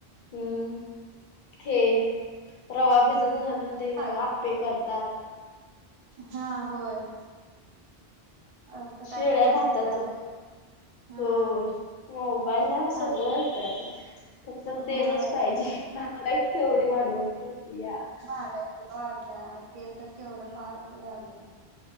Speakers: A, on the left; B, on the right.
A: हम् हे रवा भिजत घालून ते
B: थाली
A: आपे ते करतात
B: हा होय आता काय
A: शिळ्या
B: काय रेसिपी
A: भाताचं
B: आल्यात हा
A: हो मोबाईलला सगळं
B: थाली
A: येतय आता फक्त तेलच
B: होय
A: पाहिजे म का केवडी वाढवून ठेवली या
B: महागाई वाटल्या तेल तर केवढं महाग झालं